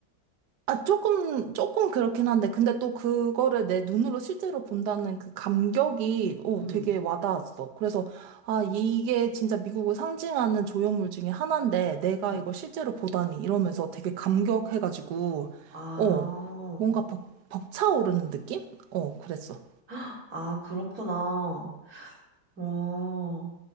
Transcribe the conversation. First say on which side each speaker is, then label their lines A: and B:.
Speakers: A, on the right; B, on the right.
A: 아, 조금, 조금 그렇긴 한데, 근데 또 그거를 내 눈으로 실제로 본다는 그 감격이, 어,
B: 음,
A: 되게 와닿았어. 그래서, 아, 이게 진짜 미국을 상징하는 조형물 중에 하나인데, 내가
B: 음.
A: 이걸 실제로 보다니, 이러면서 되게 감격해가지고,
B: 아,
A: 어, 뭔가 벅, 벅차오르는 느낌? 어, 그랬어.
B: 아, 그렇구나. 어,